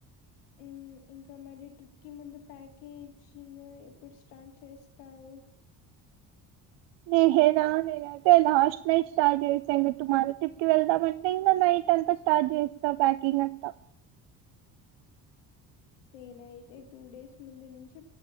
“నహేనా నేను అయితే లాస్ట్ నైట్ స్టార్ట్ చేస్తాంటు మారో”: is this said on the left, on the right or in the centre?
Right